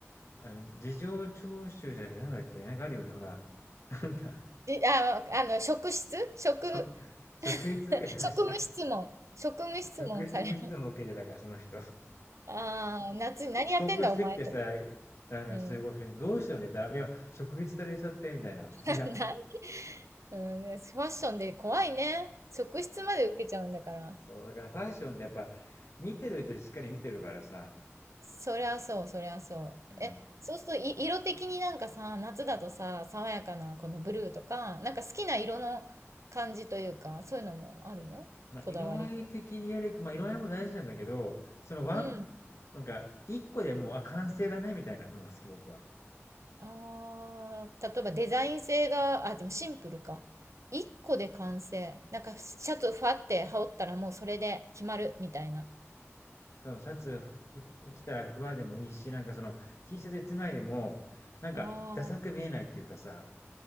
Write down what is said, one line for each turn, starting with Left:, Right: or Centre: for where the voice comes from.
Left: あの、事情聴取じゃなくて、なんだっけ、なんかあるよね、ほら。なんだ、
Right: あ、あの、職質職、
Left: そう、
Right: <laughs>
Left: 職質受けてました。
Right: 職務質問。職務質問される。
Left: 職質無質も受けてたから、その人。
Right: ああ、夏に何やってんだお前と。
Left: 遅刻してきてさ、なんか集合所に、
Right: うん。
Left: どうしたのって言ったら、いや、職質されちゃって、みたいな。
Right: <laughs>
Left: いや、
Right: な、なんうん、ねファッションで怖いね。職質まで受けちゃうんだから。
Left: そう、だからファッションってやっぱ、見てる人しっかり見てるからさ、
Right: そりゃそう、そりゃそう。
Left: うん。
Right: え、そうするとい色的になんかさ、夏だとさ、爽やかなこのブルーとか、なんか好きな色の感じというか、そういうのもあるのこだわりと。
Left: まあ、色合い的により、まあ、色合いも大事なんだけど、そのワン、
Right: うん。
Left: なんか、一個でもう、あ、完成だね、みたいなのが好き、僕は。
Right: ああ、例えばデザイン性が、あ、でもシンプルか。一個で完成。なんかシャツファって羽織ったらもうそれで決まるみたいな。
Left: そのシャツふ着たらふわでもいいし、なんかその T シャツ一枚でも、なんか、
Right: あ
Left: ダサく見えないっていうかさ、